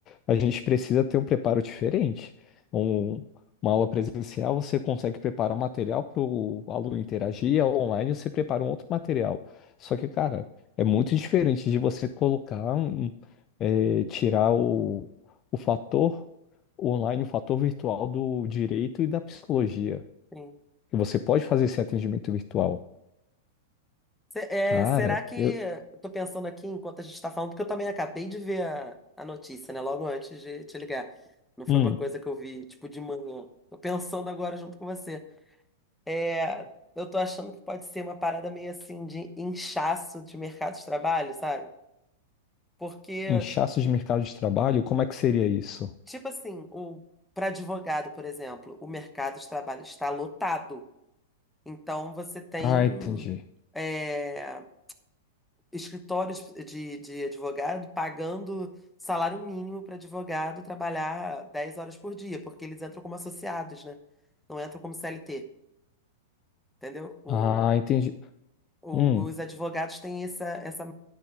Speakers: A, on the left; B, in the centre.
A: a gente precisa ter um preparo diferente. Um- uma aula presencial, você consegue preparar um material para o aluno interagir, e a online você prepara um outro material. Só que, cara, é muito diferente de você colocar, um- é, tirar o, o fator online, o fator virtual do direito e da psicologia.
B: Sim.
A: Que você pode fazer esse atendimento virtual.
B: Se- é,
A: Cara,
B: será que.
A: eu.
B: Eu tô pensando aqui enquanto a gente tá falando, porque eu também acabei de ver a, a notícia, né? Logo antes de te ligar. Não foi
A: hum.
B: uma coisa que eu vi, tipo, de manhã. Tô pensando agora junto com você. É, eu tô achando que pode ser uma parada meio assim de inchaço de mercado de trabalho, sabe? Porque,
A: Inchaço de mercado de trabalho? Como é que seria isso?
B: tipo assim, o, para advogado, por exemplo, o mercado de trabalho está lotado. Então, você tem
A: Ah, entendi.
B: é, escritórios de, de advogado pagando salário mínimo para advogado trabalhar 10 horas por dia, porque eles entram como associados, né? Não entram como CLT, entendeu? O,
A: Ah, entendi.
B: o-
A: Hum,
B: os advogados têm essa, essa.